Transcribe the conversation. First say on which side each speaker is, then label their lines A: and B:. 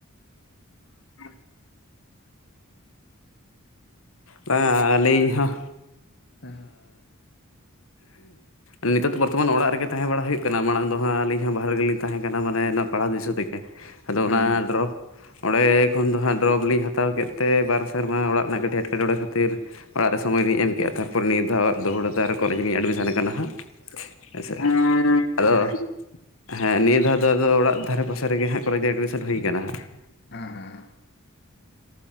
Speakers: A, on the left; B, on the left.
A: <inaudible> ᱵᱟᱝᱟ ᱟᱹᱞᱤᱧ ᱦᱚᱸ
B: ᱦᱮᱸ
A: <unintelligible> ᱱᱤᱛᱚᱜ ᱫᱚ ᱵᱚᱨᱛᱚᱢᱟᱱ ᱚᱲᱟᱜ ᱨᱮᱜᱮ ᱛᱟᱦᱮᱸ ᱵᱟᱲᱟ ᱦᱩᱭᱩᱜ ᱠᱟᱱᱟ ᱢᱟᱲᱟᱝ ᱫᱚ ᱦᱟᱸᱜ ᱟᱹᱞᱤᱧ ᱦᱚᱸ ᱵᱟᱦᱨᱮ ᱜᱮᱞᱤᱧ ᱛᱟᱦᱮᱸ ᱠᱟᱱᱟ ᱢᱟᱱᱮ ᱱᱚᱣᱟ ᱯᱟᱲᱦᱟᱣ ᱫ ᱫᱤᱥᱟᱹ ᱛᱮᱜᱮ ᱾ ᱟᱫᱚ
B: ᱦᱮᱸ
A: ᱚᱱᱟ ᱰᱨᱚᱯ ᱚᱸᱰᱮ ᱠᱷᱚᱱ ᱫᱚ ᱦᱟᱸᱜ ᱰᱨᱚᱯ ᱞᱤᱧ ᱦᱟᱛᱟᱣ ᱠᱮᱫ ᱛᱮ ᱵᱟᱨ ᱥᱮᱨᱢᱟ ᱚᱲᱟᱜ ᱨᱮᱱᱟᱜ ᱠᱟᱹᱴᱤᱡ ᱮᱴ ᱠᱮᱴᱚᱲᱮ ᱠᱷᱟᱹᱛᱤᱨ ᱚᱲᱟᱜ ᱨᱮ ᱥᱚᱢᱚᱭ ᱞᱤᱧ ᱮᱢ ᱠᱮᱫᱼᱟ ᱾ ᱛᱟᱨᱯᱚᱨᱮ ᱱᱤᱭᱟᱹ ᱫᱷᱟᱣ ᱫᱚᱲᱦᱟ ᱛᱮ ᱟᱨᱚ ᱠᱚᱞᱮᱡᱽ ᱨᱤᱧ ᱮᱰᱢᱤᱥᱚᱱ ᱠᱟᱱᱟ ᱦᱟᱸᱜ ᱾ ᱦᱮᱸᱥᱮ, ᱟᱫᱚ <inaudible> ᱦᱮᱸ ᱱᱤᱭᱟᱹ ᱫᱷᱟᱣ ᱟᱫᱚ ᱚᱲᱟᱜ ᱫᱷᱟᱨᱮ ᱯᱟᱥᱮ ᱨᱮᱜᱮ ᱦᱟᱸᱜ ᱠᱚᱞᱮᱡᱽ ᱨᱮ ᱮᱰᱢᱤᱥᱚᱱ ᱦᱩᱭ ᱠᱟᱱᱟ ᱦᱟᱸᱜ ᱾
B: ᱦᱮᱸ ᱦᱮᱸ